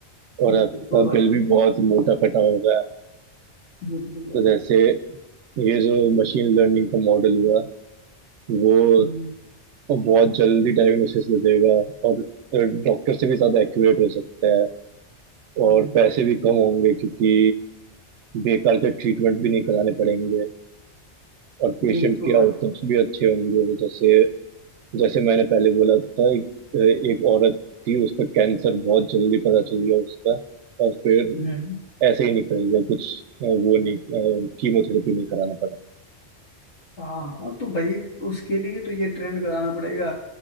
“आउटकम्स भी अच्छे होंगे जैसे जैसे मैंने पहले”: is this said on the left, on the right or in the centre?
Right